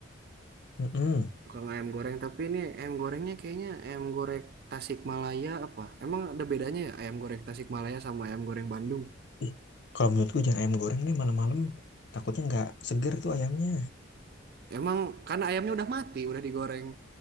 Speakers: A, on the left; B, on the right.
A: Mm-mm.
B: Tukang ayam goreng, tapi ini ayam gorengnya kayaknya ayam goreng Tasikmalaya apa? Emang ada bedanya ya ayam goreng Tasikmalaya sama ayam goreng Bandung?
A: Ih, kalau menurutku jangan ayam goreng deh malam-malam. Takutnya nggak seger tuh ayamnya.
B: Emang karena ayamnya udah mati, udah digoreng.